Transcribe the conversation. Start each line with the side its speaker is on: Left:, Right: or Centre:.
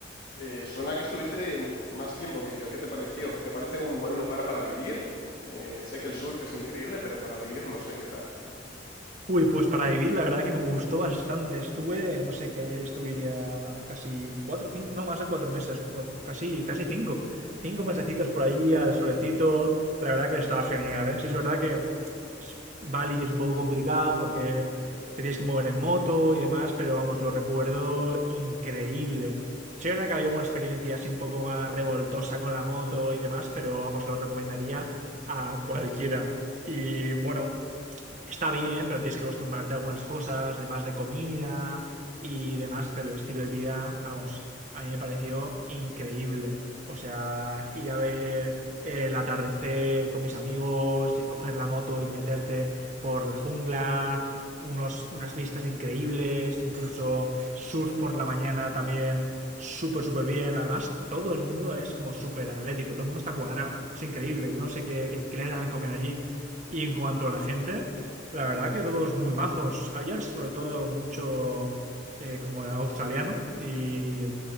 Left: eh, suena que estuviste más tiempo que yo. ¿Qué te pareció? ¿Te parece un buen lugar para vivir? Eh, sé que el surf es increíble, pero para vivir no sé qué tal.
Right: Uy, pues para vivir, la verdad que me gustó bastante. Estuve, no sé, que estuviría casi cuatro, cinco, no, más de cuatro meses, ro- casi, casi cinco. Cinco mesecitos por ahí al solecito. La verdad que estaba genial, ¿eh? Sí, es verdad que s- Bali es un poco complicado porque te tienes que mover en moto y demás, pero vamos, lo recuerdo increíble. Sí, es verdad que había una experiencia así un poco más revoltosa con la moto y demás, pero vamos, lo recomendaría a cualquiera. Y bueno, está bien, pero tienes que acostumbrarte a algunas cosas, demás de comida y demás, pero el estilo de vida, vamos, a mí me pareció increíble. O sea, ir a ver eh, el atardecer con mis amigos, y coger la moto y meterte por la jungla, unos, unas vistas increíbles, incluso surf por la mañana también, súper, súper bien. Además, todo el mundo es como súper atlético, todo el mundo está cuadrado, es increíble. Yo no sé qué, qué, qué les dan de comer allí. Y en cuanto a la gente, la verdad que todos muy majos. allá sobre todo mucho eh, como australiano y,